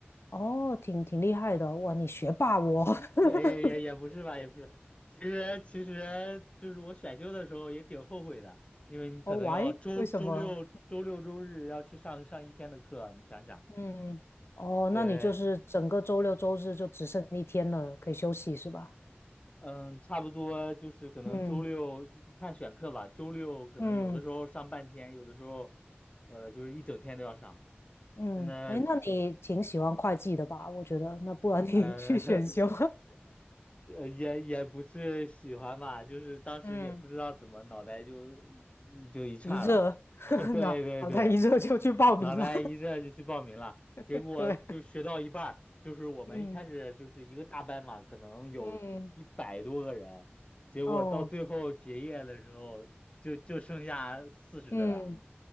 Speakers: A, on the left (about 80°); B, on the left (about 30°).
A: 哦，挺挺厉害的，哇，你学霸我。<laughs>
B: 不，也也也不是吧，也不是。其实其实就是我选修的时候也挺后悔的，因为你可能要周周六周六周日要去上上一天的课，
A: 哦，w h y 为什么？
B: 你想想。
A: 嗯，哦，
B: 对，
A: 那你就是整个周六周日就只剩一天了，可以休息是吧？
B: 嗯，差不多就是可能周六看选课吧，
A: 嗯
B: 周六可能有的时候上半天，
A: 嗯
B: 有的时候呃就是一整天都要上。
A: 嗯，
B: 真的，
A: 哎，那你挺喜欢会计的吧？我觉得，那不然你
B: 呃，
A: <laughs> 去选修，
B: <laughs> 呃，也也不是喜欢吧，就是当时也不知道怎么脑袋就
A: <laughs> 嗯，
B: 一就一岔了
A: 一热，
B: <laughs>，
A: <laughs>
B: 啊，对对对，
A: 脑脑袋一热就去报名了，
B: 脑袋一热就去报名了，结果就学到一半儿就是我们一开始就是一个大班嘛，
A: <laughs> 对，嗯
B: 可能有一百多个人，
A: 嗯，
B: 结果到最后结业的时候就就剩下四十的了，
A: 哦，嗯。